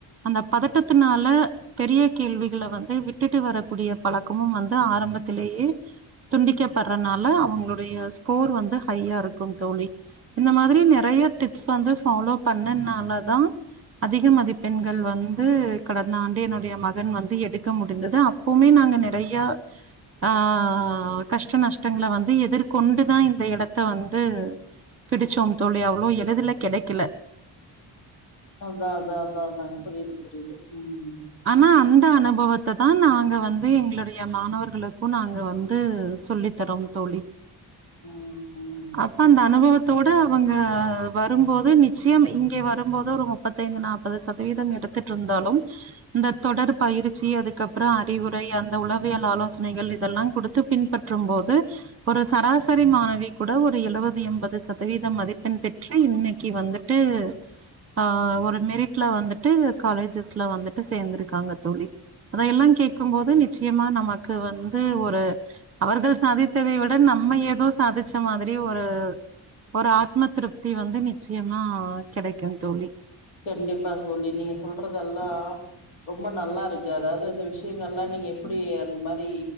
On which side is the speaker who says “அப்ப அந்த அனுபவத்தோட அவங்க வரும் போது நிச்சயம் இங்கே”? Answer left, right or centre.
Right